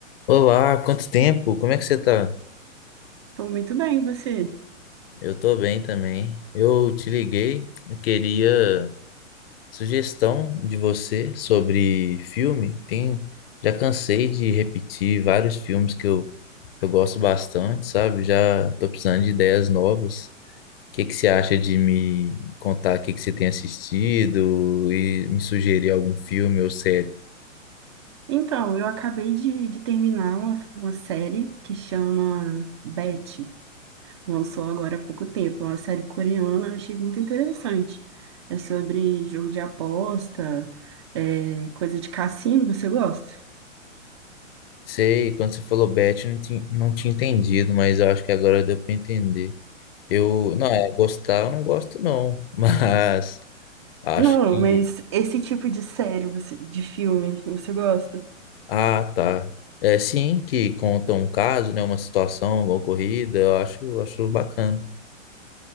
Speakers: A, on the left; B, on the right.
A: Olá, quanto tempo? Como é que você tá?
B: Tô muito bem, e você?
A: Eu tô bem também. Eu te liguei, eu queria sugestão de você sobre filme. Tem, já cansei de repetir vários filmes que eu, eu gosto bastante, sabe? Já tô precisando de ideias novas. O que que você acha de me contar o que que você tem assistido e me sugerir algum filme ou série?
B: Então, eu acabei de, de terminar uma, uma série que chama Betty. Lançou agora há pouco tempo. É uma série coreana, eu achei muito interessante. É sobre jogo de aposta, é, coisa de cassino, você gosta?
A: Sei, quando você falou Beth, eu não tinha, não tinha entendido, mas eu acho que agora deu pra entender. Eu, não, é, gostar eu não gosto não, <laughs> mas acho
B: Não,
A: que,
B: mas esse tipo de série, você- de filme, você gosta?
A: ah, tá. É sim que conta um caso, né, uma situação ocorrida, eu acho, acho bacana.